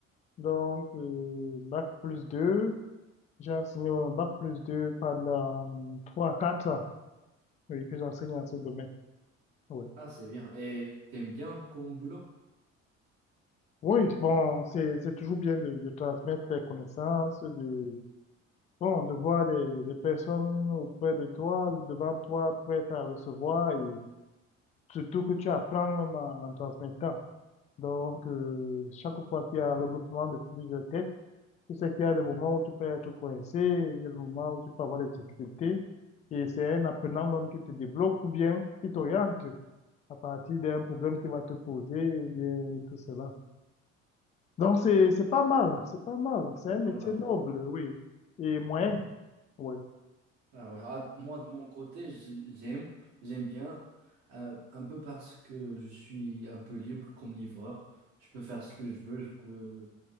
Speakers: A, on the left (about 20°); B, on the right (about 65°).
A: donc euh, bac plus deux J'ai enseigné au bac plus 2 pendant trois à quatre ans, oui, que j'enseigne dans ce domaine. Oui,
B: Ah, c'est bien. Et t'aimes bien comme boulot?
A: oui bon, c'est, c'est toujours bien de, de transmettre les connaissances, de, bon, de voir des, des personnes auprès de toi, devant toi, prêtes à recevoir. et Surtout que tu apprends même en en transmettant. Donc, euh, chaque fois qu'il y a un regroupement de plusieurs têtes, tu sais qu'il y a des moments où tu peux être coincé, il y a des moments où tu peux avoir des difficultés. Et c'est un apprenant même qui te débloque ou bien qui t'oriente à partir d'un problème qui va te poser ou bien tout cela. Donc, c'est, c'est pas mal, c'est pas mal. C'est
B: C'est
A: un
B: pas
A: métier
B: mal.
A: noble, oui. Et moyen,
B: Mhm.
A: oui,
B: Ah ouais. Ah, moi, de mon côté, je- j'aime, j'aime bien, euh, un peu parce que je suis un peu libre comme livreur. Je peux faire ce que je veux, je peux